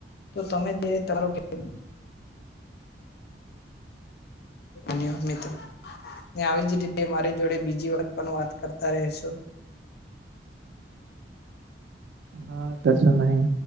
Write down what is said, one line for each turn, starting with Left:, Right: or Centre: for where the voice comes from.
Left: તો તમે <unintelligible> અને ન્યવા તો આવી જ રીતે મારી જોડે બીજી વાત પણ વાત કરતા રહેશો.
Right: હા તસ નહી.